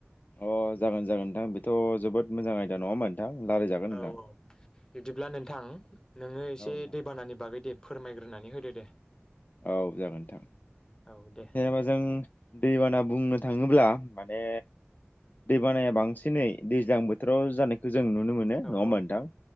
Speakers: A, on the left; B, on the left.
A: अ जागोन-जागोन नोंथां बेथ' जोबोद मोजां आयदा नङाहोमबा नोंथां रलायजागोन
B: औ
A: नोंथां
B: औ बिदिब्ला नोंथां नोङो एसे
A: औ नोंथां
B: दैबानानि बागै दे फोरमायग्रोनानै होदो दे
A: औ जागोनोंथां
B: औ दे
A: जेनेबा
B: नोंथां।
A: जों दैबाना बुंनो थाङोब्ला माने दैबानाया बांसिनै दैज्लां बोथोराव जानायखौ जों नुनो मोनो न'ङा
B: औ
A: होनबा
B: औ
A: नोंथां